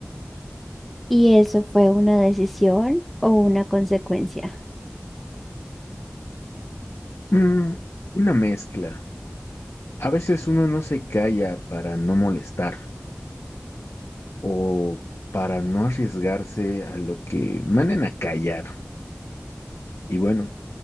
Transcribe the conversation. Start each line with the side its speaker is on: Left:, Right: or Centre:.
Centre: <laughs> ¿Y eso fue una decisión o una consecuencia?
Left: Mm, una mezcla. A veces uno no se calla para no molestar o para no arriesgarse a lo que manden a callar. Y bueno,